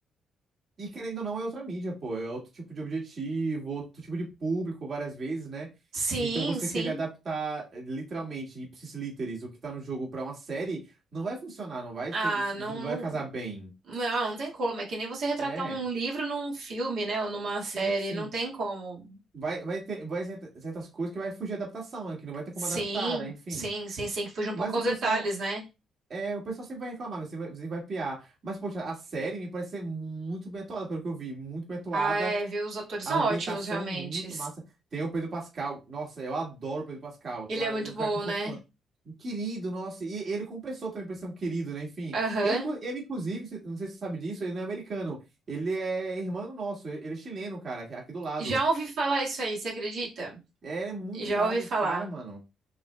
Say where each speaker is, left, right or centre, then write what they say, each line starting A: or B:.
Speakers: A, on the right (about 50°); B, on the right (about 75°).
A: E querendo ou não, é outra mídia, pô. É outro tipo de objetivo, outro tipo de público, várias vezes, né?
B: Sim,
A: Então você
B: sim.
A: querer adaptar eh, literalmente, ipsis literis, o que tá no jogo pra uma série, não vai funcionar, não vai
B: Ah,
A: ter,
B: não,
A: não vai
B: não,
A: casar bem,
B: não, não tem como. É que nem você retratar
A: né?
B: um livro num filme, né? Ou numa
A: Sim,
B: série,
A: sim.
B: não tem como.
A: Vai, vai ter, vai certa- certas coisas que vai fugir da adaptação, né? Que não vai ter como
B: Sim,
A: adaptar, né? Enfim.
B: sim, sim, sim, que fugiu um
A: Mas
B: pouco aos
A: o pessoal,
B: detalhes, né?
A: é, o pessoal sempre vai reclamar, sempre vai, sempre vai piar. Mas, poxa, a série me parece ser muito bem atuada, pelo que eu vi, muito bem atuada
B: Ah, é, viu? Os atores
A: A
B: são
A: ambientação
B: ótimos, realmente.
A: muito massa. Tem o Pedro Pascal. Nossa, eu adoro o Pedro Pascal.
B: Ele
A: Cara,
B: é muito
A: Um
B: bom,
A: cara que eu sou
B: né?
A: fã. Um Querido, nossa. E ele como pessoa também parece ser um querido, né? Enfim.
B: Aham.
A: Ele, inclu- ele inclusive, se- não sei se você sabe disso, ele não é americano. Ele é irmão nosso. Ele ele é chileno, cara, aqui aqui do lado.
B: Já ouvi falar isso aí, você acredita?
A: É, ele é muito
B: Já
A: irado
B: ouvi falar.
A: esse cara, mano.